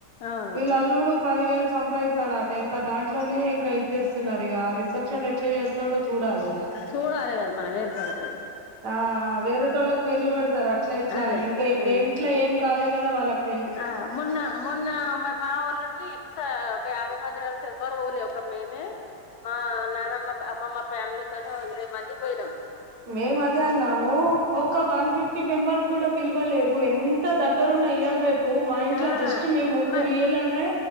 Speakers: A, on the left; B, on the right.
A: అవును
B: వీళ్ళ అల్లుడు పదివేలు సంపాదిస్తాడట ఇంకా దాంట్లోనే ఇంకా ఇది జేసి స్తున్నారీగా రిసెప్షన్ ఎట్ల చేస్తడో చూడాలి ఇగ
A: చూడాలె గదా మనం వేరుపడితే.
B: ఆ ఆ వేరేటోళ్ళక్ పేర్లు వెడతరు. అట్లా ఇట్లా
A: అదే
B: అని ఇంకా
A: ఆ
B: దేంట్ల ఏం కాలే కదా వాళ్ళకు
A: ఆ మొన్న మొన్న మా ఓ వో ళ్ళని ఎంత ఒక యాభై మందినడిగితే ఎవ్వరు పోలే ఒక మేమే మా నానమ్మ అమ్మమ్మ ఫ్యామిలీతోనే ఓ ఇరవై మంది పోయినాము.
B: మేమదే అన్నాము ఓక్ ఒక్క వన్ ఫిఫ్టీ మెంబర్ కూడా పిలవలేదు. ఎంత దగ్గరున్నా ఇయ్యాల రేపు పూ మా ఇంట్లో
A: ఆ
B: జస్ట్ మేమ్ ముగ్గురిల్లులోనే
A: మరి